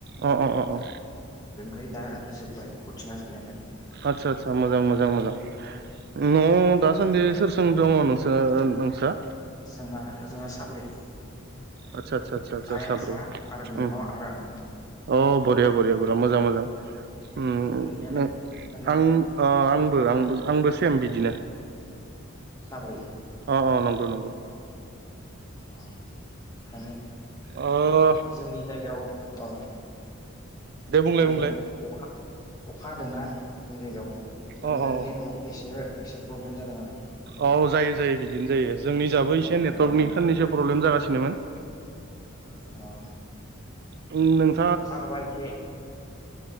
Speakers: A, on the right; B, on the left.
A: अ अ अ
B: बेनिफ्राय दा जोब्बाय कचिंया जोबनायालाय
A: आतसा आतसा मोजां मोजां मोजां न' दासान्दि सोरसों दङ नोंसोर नोंस्रा
B: जोंहा जोंहा साब्रै
A: आदसा आदसा आदसा आदसा
B: आइ
A: साब्रै
B: आफा आरो बिनानाव
A: उम
B: आरो आं
A: अ बरिया बरिया बरिया मोजां मोजां ओम
B: नोंनियालाय नोंथांनिया
A: आं अ आंबो आंबो आंबो सेम बिदिनो
B: साब्रै
A: अ अ नंगौ नंगौ
B: औ माने
A: अ
B: जोंनि जायगायाव अ
A: दे बुंलाय
B: माने
A: बुंलाय
B: अखा अखा हादोंना जोंनि जायगायाव बेखौनो
A: अ अ
B: नेटवर्क एसे एसे प्रब्लेम जादों आरो
A: औ जायो जायो बिदिनो जायो जोंनि जाबो एसे
B: अ
A: नेटवर्कनि
B: माने
A: साननैसो प्रब्लेम जागासिनोमोन
B: अ
A: उ
B: अखा हाबाय एसे